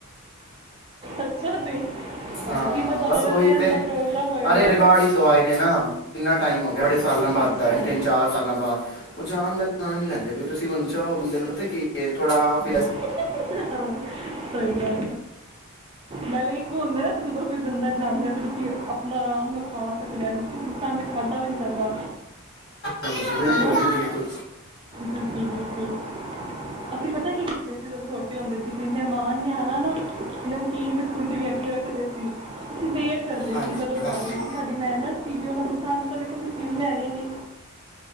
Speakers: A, on the right; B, on the left.
A: ਅੱਛਾ ਜੀ
B: ਹਾਂ
A: ਕੀ
B: ਹਾਂ
A: ਪਤਾ
B: ਬਸ
A: ਉਹਨਾਂ ਦੇ
B: ਉਹੀ
A: ਰਹਿਣ
B: ਤੇ
A: ਦਾ ਪ੍ਰੋਗਰਾਮ ਹੋਇਆ
B: ਅਰੇ
A: ਨਾ
B: ਰਿਵਾੜੀ ਤੋਂ ਆਏ ਨੇ ਨਾ ਕਿੰਨਾ ਟਾਈਮ ਹੋ ਗਿਆ ਬੜੇ
A: ਅੱਛਾ
B: ਸਾਲਾਂ ਬਾਅਦ
A: ਅੱਛਾ
B: ਆਏ ਨੇਨ ਚਾਰ ਸਾਲਾਂ ਬਾਅਦ ਉਹ ਜਾਣ ਦਾ ਨਾਂ ਨੀ ਲੈਂਦੇ ਬਈ ਤੁਸੀਂ ਉਚਾ ਹੋ ਬੰਦੇ ਨੂੰ ਪਤਾ ਕੀ ਥੋੜਾ ਫ
A: ਹਾਂ ਸਹੀ ਗ ਪਹਿਲਲੇ ਇੱਕ ਹੁੰਦਾ ਨਾ ਜਦੋਂ ਕੋਈ ਬੰਦਾ ਜਾਂਦਾ ਫਿਰ ਉਸ ਆਪਣਾ ਆਰਾਮ ਨਾਲ ਖਾਸ ਸਕ ਕਿਸੇ ਨੂੰ ਸਾਹਮਣੇ ਖਾਧਾ ਵੀ ਨਹੀਂੀ ਜਾਂਦਾ
B: ਹਾਂਜੀ ਬਿਲਕੁਲ
A: ਹੈਲੋ
B: ਜੀ ਬਿਲਕੁਲ
A: ਜਾਂ ਜੀ ਜੀ ੀ ਅਸੀਂ ਪਤਾ ਕੀ ਕਰਦੇ ਦੋਂ ਛੋਟੇ ਹੁੰਦੇ ਸੀ ਕੋਈ ਮਹਿਮਾਨ ਨ ਹਨ ਨਾ ਇਹਦਾ ਨੂੰ ਕੀਨ ਸਕੂਲ ਚ ਵੀ ਅਗੇ ਰੱਖਦੇ ਸੀ ਤੁਸੀਂ ਦੇ ਕਰਦੇ
B: ਹਾਂਜੀ
A: ਸੀ ਕਦੋਂ ਜਾਵੇ
B: ਹਾਂਜੀ
A: ਵੀ ਸਾਡੀ ਮਿਹਨਤ ਸੀ ਵੀ ਉਹਨਾਂ ਦੇ ਸਾਨੂੰ ਕਵੇ ਕੋਈ ਚੀਜ਼ ਲੈਣੀ ਨੇ